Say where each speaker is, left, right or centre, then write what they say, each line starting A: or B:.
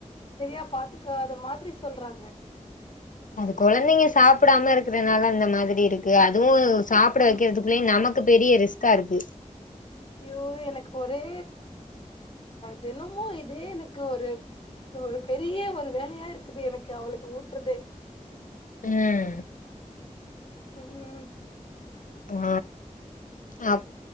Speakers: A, on the left; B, on the left.
A: சரியா பாத்துக்காத மாதிரி சொல்றாங்க
B: அது கொழந்தைங்க சாப்புடாம இருக்குறனால அந்த மாதிரி இருக்கு அதுவும் சாப்பிட
A: ம்
B: வைக்கிறதுகுள்ளயே நமக்கு பெரிய ரிஸ்க்கா இருக்கு
A: அய்யோ எனக்கு ஒரே தினமும் இதே எனக்கு ஒரு ஒரு பெரிய ஒரு வேலையா இருக்குது எனக்கு அவளுக்கு ஊட்டுறதே
B: உம்
A: உம்
B: ஆ அப்